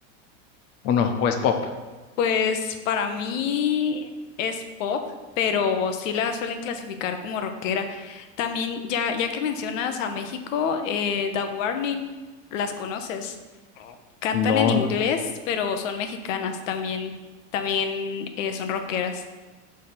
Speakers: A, on the left; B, on the left.
A: ¿O no? ¿O es pop?
B: Pues para mí es pop, pero sí la suelen clasificar como rockera. También, ya, ya que mencionas a México, eh, The Warning, las conoces. Cantan
A: No,
B: en inglés,
A: no,
B: pero son mexicanas también, también eh, son rockeras.